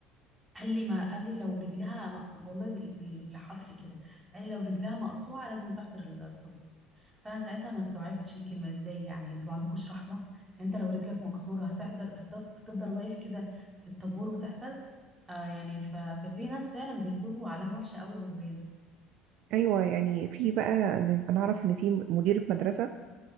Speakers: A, on the right (about 15°); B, on the right (about 60°).
A: قال لي ما قال لي لو رجلها مقطوعه والله بال- بال- بالحرف كده قال لي لو رجلها مقطوعه لازم تحضر الطابور فانا ساعتها ما استوعبتش الكلمه ازاي يعني انتوا ما عندكوش رحمه يعني انت لو رجلك مكسوره هتحضر هتف- هتفضل واقف كده في الطابور وتحضر آه يعني ف- ففي ناس فعلا بيسيبوا علامه وحشه قوي جوانا
B: ايوه يعني في بقى انا أنا اعرف ان في مديرة مدرسة